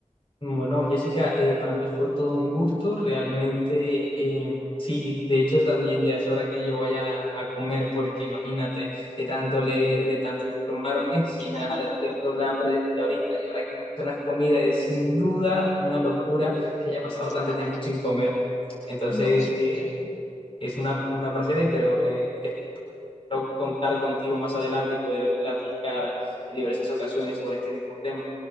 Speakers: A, on the left; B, on the left.
A: Bueno, Jessica, eh, para mí fue todo un gusto, realmente, eh, sí, de hecho también ya es hora que yo vaya a comer, porque imagínate, de tanto leer, de tanto informarme, sí
B: <laughs>
A: me ha despierto
B: Claro,
A: el hambre desde ahorita, y ahora que mencionas comida, es sin duda una locura que haya pasado
B: claro.
A: tanto tiempo sin comer. Entonces,
B: No, sí, claro,
A: eh, es una, una parcera, y pero eh, espero contar contigo más adelante y poder platicar en diversas ocasiones sobre este mismo tema.